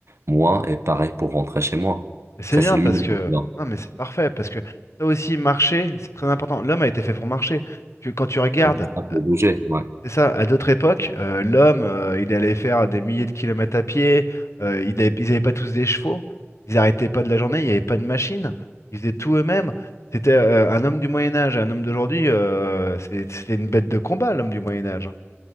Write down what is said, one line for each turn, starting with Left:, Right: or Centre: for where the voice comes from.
Right: moins et pareil pour rentrer chez moi.
Left: Mais C'est
Right: Ça,
Left: bien
Right: c'est le
Left: parce
Right: minimum.
Left: que.
Right: tu vois.
Left: Non, mais c'est parfait parce que ça aussi, marcher, c'est très important. L'homme a été fait pour marcher. Tu- Quand tu regardes,
Right: Ouais, C'est ça, pour
Left: euh,
Right: bouger, ouais.
Left: c'est ça, à d'autres époques, euh, l'homme, euh, il allait faire des milliers de kilomètres à pied, euh, il avait- ils n'avaient pas tous des chevaux, ils n'arrêtaient pas de la journée, il n'y avait pas de machine, ils faisaient tout eux-mêmes. C'était euh, un homme du Moyen-Âge, un homme d'aujourd'hui, euh, c'est- c'était une bête de combat, l'homme du Moyen-Âge.